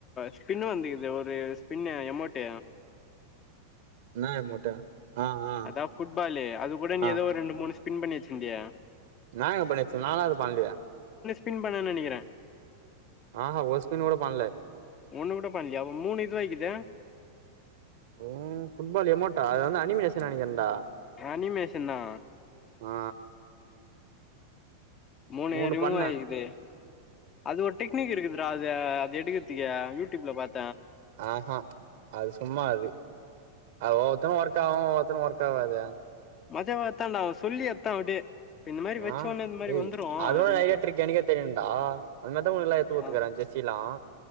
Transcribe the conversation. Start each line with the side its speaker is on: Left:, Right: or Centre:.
Left: ஸ்பின் வந்து இது ஒரு ஸ்பின் எமோட்
Right: இந்நா எமோட்டு ஆ ஆ
Left: அதா ஃபுட்பாலு அது கூட நீ
Right: ஆ
Left: ஏதோ ரெண்டு முணு ஸ் பின் பண்ணி வச்சுந்தியே
Right: நா என்ன பண்ணிவச்சேன் நாலா எதும் பண்லயே
Left: பின் பண்ணன் நெனக்கிறே
Right: ஆஹா ஒரு ஸ்பின் கூட பண்ல
Left: ஒண்ணு கூட பண்ணலியா அப்ப மூணு இதுவாக்கிது
Right: ஓ ஃபுட்பால் எமோட்டா அது வந்து அனிமேஷன் நெனக்கிறன்டா
Left: அனிமேஷனா
Right: ஆ
Left: மூணே
Right: மூணு
Left: ரிமூவ்
Right: பண்ணே
Left: ஆய்கிது அது ஒரு டெக்னிக் இருக்குதுடா த அது எடுக்கத்துக்கு யூடூப்ல பாத்
Right: ஆ ஹங் அது சும்மா அது ஆ ஒவ்வொருத்தன் ஒர்க் ஆவும் ஒவ்வொருத்தனு ஒர்க் ஆவாது
Left: மஜாவத்தாண்டா அவ சொல்லி எத்தா அப்டியே இப்ப இந்த மாரி வச்ச
Right: ஆ
Left: உடனே இந்த மாரி
Right: ஏய்
Left: வந்துரு அப்டின்ட்டு
Right: அதுவு ஐடியா டிரிக் எனக்கே தெரியுண்டா அது மாரிதா உங்களுக்குல்லா எடுத்து குத்துக்கறாங்
Left: ஆ
Right: ஜெர்சிலாம்